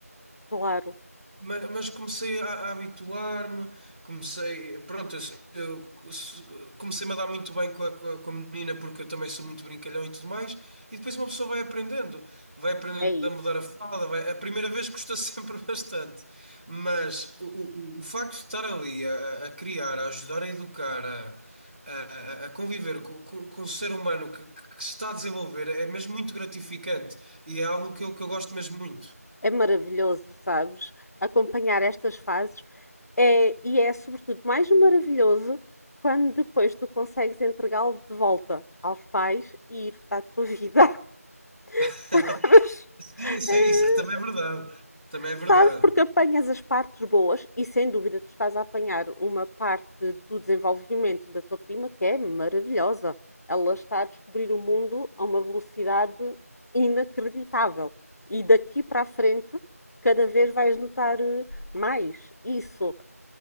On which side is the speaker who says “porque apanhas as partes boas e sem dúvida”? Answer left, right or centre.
Left